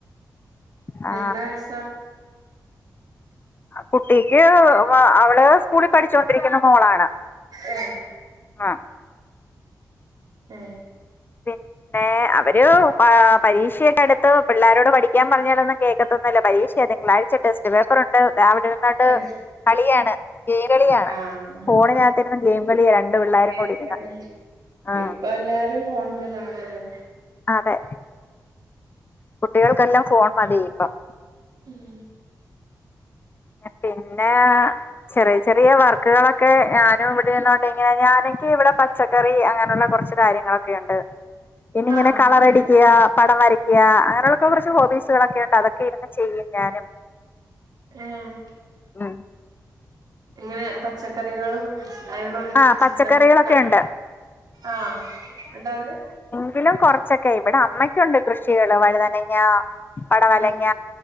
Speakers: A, on the left; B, on the right.
A: ആ
B: എത്ര വയസ്സാ
A: കുട്ടിക്ക് അവള് സ്കൂളിൽ പഠിച്ചോണ്ടിരിക്കുന്ന മോളാണ്
B: ഏഹ്
A: ആഹ്
B: ഏഹ്
A: പിന്നെ അവര് പരീക്ഷയൊക്കെ അടുത്ത് പിള്ളാരോട് പഠിക്കാൻ പറഞ്ഞാലന്നും കേ ക്കത്തൊന്നില്ല പരീക്ഷയ നിങ്ങളാഴ്ച ടെസ്റ്റ് പേപ്പറുണ്ട് അതാവിടെരുന്നൊണ്ട്
B: ടെസ്റ്റ്
A: കളിയാണ് കേരളിയാണ്
B: ആഹ്
A: ഫോണ്നകത്തിരുന്ന് ഗെയിം കളിയ രണ്ട് പിള്ളോരും
B: ഗെയിം
A: കൂടി ഇരുന്ന്
B: കളി
A: ആ
B: ഇപ്പൊ എല്ലാരും ഹോൺമലാണല്ലോ
A: അതെ കുട്ടികൾക്കെല്ലാം ഫോൺ മതി ഇപ്പം
B: ഉം
A: പിന്നെ ചെറിയ ചെറിയ വർക്കുകളൊക്കെ ഞാനും ഇവിടെ ഇരുന്നോണ്ട് ഇങ്ങനെ ഞാനൊക്ക ഇവിടെ പച്ചകറി <unintelligible> അങ്ങനെള്ള കൊർച്ച് കാര്യങ്ങളൊക്കെ ഉണ്ട്. പിന്നി ഇങ്ങനെ
B: ആഹ്
A: കളറടിക്ക്ക
B: എന്നിട്ട്
A: പടം വര യ്ക്ക്, അങ്ങനെയുള്ളൊക്കെ കൊറച്ച് ഹോബീസ്ളൊക്കെ ഇണ്ട് അതൊക്കെ ഇരുന്ന് ചെയ്യും ഞാനും
B: ഏഹ്,
A: ഉം
B: ഇങ്ങനെ പച്ചക്കറികളും അയ്മ
A: ആഹ് പച്ചക്കറികളൊക്കെ
B: ചിത്ര ത
A: ഉണ്ട്
B: ആഹ്, ഇങ്ങട്ട് അത്
A: ങ്കിലും കൊർച്ചൊക്കെ ഇവിടെ അമ്മയ്ക്കുണ്ട് കൃഷികള് വഴുതനങ്ങ പടവലങ്ങ,
B: ഉം